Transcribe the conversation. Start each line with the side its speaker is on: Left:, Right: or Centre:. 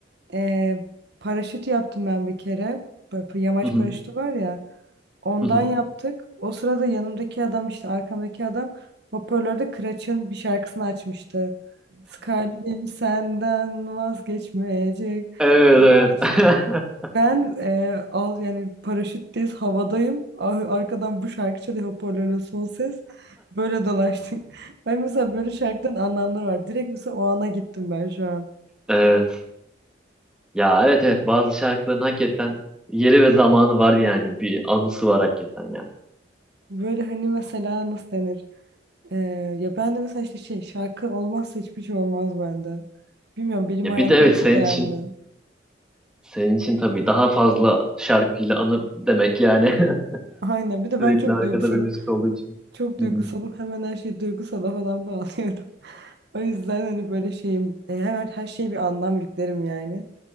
Right: Eee, paraşüt yaptım ben bir kere. Böyle pa- yamaç
Centre: Hı hı.
Right: paraşütü var ya. Ondan
Centre: Hı hı.
Right: yaptık. O sırada yanımdaki adam işte arkamdaki adam hoparlörde Kıraç'ın bir şarkısını açmıştı. Skalpim senden vazgeçmeyecek.
Centre: <laughs> Evet
Right: Onu açtı.
Centre: evet. <laughs>
Right: Ben e, al yani paraşütteyiz havadayım. Ar- Arkadan bu şarkı çalıyor hoparlörle son ses. Böyle dolaştık. <laughs> Ben mesela böyle şarkıdan anlamları var. Direkt mesela o ana gittim ben şu an.
Centre: Evet. Ya evet evet bazı şarkıların hakikaten yeri ve zamanı var yani bir anısı var hakikaten ya.
Right: Böyle hani mesela nasıl denir? Ee, ya ben de mesela işte şey şarkı olmazsa hiçbir şey olmaz bende. Bilmiyorum benim
Centre: Ya
Right: hayatımda
Centre: bir de evet
Right: çok
Centre: senin
Right: önemli.
Centre: için Senin için tabii daha fazla şarkıyla anı demek yani. <laughs>
Right: Aynen bir de
Centre: Sürekli
Right: ben çok
Centre: arkada
Right: duygusalım.
Centre: bir müzik olduğu için.
Right: Çok duygusalım
Centre: Hı hı,
Right: hemen her şeyi duygusala falan bağlıyorum. <laughs> O yüzden hani böyle şeyim e, hemen her şeye bir anlam yüklerim yani.